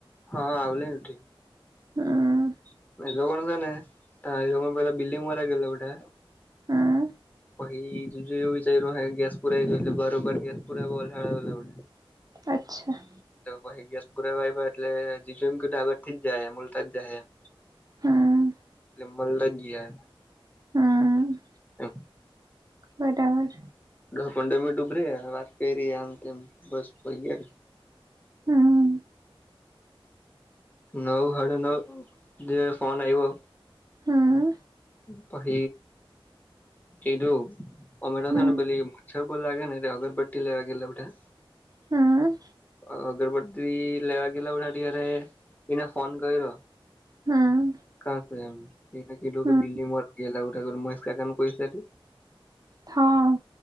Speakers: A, on the left (about 20°); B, on the right (about 40°).
A: હા આવલી.
B: હ.
A: એ લોકો કોણ છે ને સમય પેલા બિલ્લીંગર્યા ગે બટે.
B: હા.
A: હજ ગ્યાસ પુરા બાર બર ગ્યાસ પુરાવા વલસાડ આવેલા હુંતા.
B: અચ્છા.
A: એ પછી ગેસ પુરાવા એટલે જીજ એમ કું ડબરથી જાયમલતા જાય એમ.
B: હમ
A: મલદન ગયા.
B: હમ,
A: એમ
B: બરાબર.
A: પડમ ડૂબરે વાત કરી ર આમ તેમ બસ પ ગય.
B: હા.
A: નવ સાડ નવ જે ફોન આવઈ્યો.
B: હા.
A: પછ એટું અમરાથને
B: હમ
A: બલી બો લાગે ને અગરબટ્ટ લેવા ગે ઉઠા.
B: હા.
A: અગરબત્તી લેવા ગેલાઠા્યારે, એને ફોન કર્યો.
B: હમ
A: <unintelligible>
B: હમ
A: <unintelligible>
B: હા